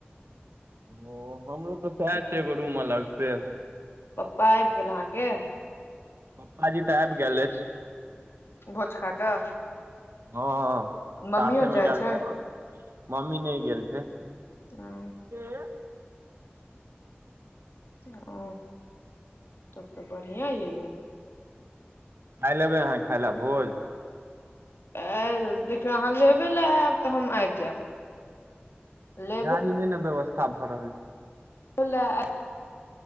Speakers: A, on the right (about 75°); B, on the left (about 75°).
A: ओ हमरो तऽ सएह
B: ह
A: छै एगो रूम अलग से
B: पप्पा आबि गेल अहाँ के
A: पप्पा जी तऽ आबि गेल अछि
B: भोज खा कऽ
A: हाँ
B: मम्मियो
A: साथे में
B: जाइ
A: गेल
B: छै
A: चलू मम्मी नहि गेल छै
B: हां
A: ऐ
B: हु तब तऽ बढ़िआँ य यौ
A: क़ाल्हि ऐबै अहाँ खायइ लए भोज
B: आयल
A: हँ
B: देखियौ अहाँ लेबे ले आयब तऽ हम आबि जायब लेब
A: गाड़ी नहि ने व्यवस्था भऽ रहल छै
B: ल